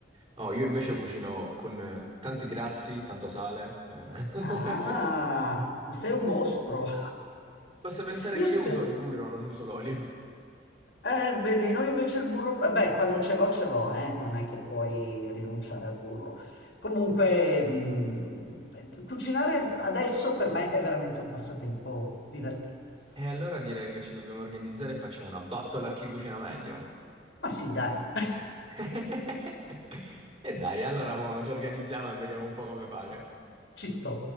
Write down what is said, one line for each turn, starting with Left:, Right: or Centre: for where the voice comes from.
Right: Oh, io invece cucino con eh, tanti grassi, tanto sale. eh.
Left: Ah, ma sei un mostro! <laughs>
Right: <laughs> Basta pensare
Left: Io
Right: che io
Left: ti pe-
Right: uso il burro, non uso l'olio.
Left: Eh, vedi, noi invece il burro, eh, beh, quando ce l'ho, ce l'ho, eh, non è che puoi rinunciare al burro. Comunque, mh, cucinare adesso per me è veramente un passatempo divertente.
Right: E allora direi che ci dobbiamo organizzare e facciamo una battola a chi cucina meglio.
Left: Ma sì, dai, <laughs>
Right: <laughs> E dai, allora mo ci organizziamo e vediamo un po' come fare.
Left: ci sto.